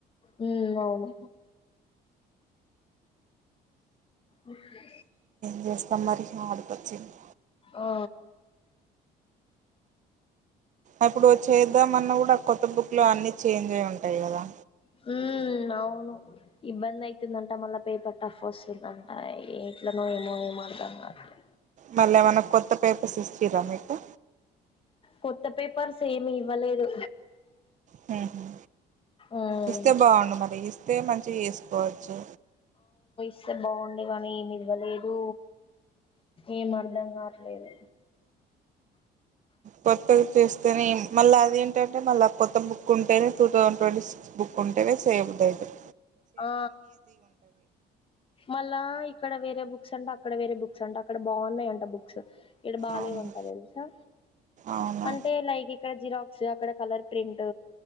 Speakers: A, on the left; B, on the right.
A: హ్మ్ అవును ఓకే
B: జేస్తాం మరి నా ఆడిక వచ్చింది
A: ఆ
B: ఇప్పుడు చేద్దామన్న గూడా కొత్త బుక్ లో అన్ని చేంజ్ అయ్ ఉంటాయి గదా
A: హ్మ్ అవును ఇబ్బంది అయితుందంట మళ్ళా పేపర్ టఫ్ వస్తుందంట ఎట్లనో ఏమో ఏమొ అర్ధంగాట్లే
B: మళ్ళ ఎమన్నా కొత్త పేపర్స్ ఇచ్చిర్ర మీకు
A: కొత్త పేపర్స్ ఏమి ఇవ్వలేదు
B: హ్మ్ హు
A: ఉమ్
B: ఇస్తే బాగుండు మరి ఇస్తే మంచిగా చేసుకోవచ్చు
A: స్తే బాగుండే కాని ఏమి ఇవ్వలేదు ఏం అర్ధం గాట్లేదు
B: కొత్తగా చేస్తేనే మళ్ళ అదేంటంటే మళ్ళా కొత్త బుక్ ఉంటేనే టూ థౌ ట్వంటీ సిక్స్ బుక్ ఉంటేనే చేయబుద్దయిత
A: ఆ మళ్లా ఇక్కడ వేరే బుక్స్ అంట అక్కడ వేరే బుక్స్ అంట అక్కడ బాగున్నాయింట బుక్స్ ఇక్కడ బాలేవంట
B: అవును
A: తెలుసా
B: అవునా
A: అంటే లైక్ ఇక్కడ జిరాక్స్ అక్కడ కలర్ ప్రింట్